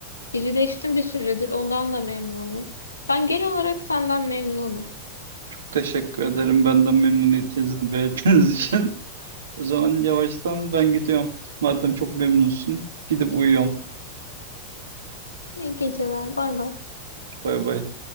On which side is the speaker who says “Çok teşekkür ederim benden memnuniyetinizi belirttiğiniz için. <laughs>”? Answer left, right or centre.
Right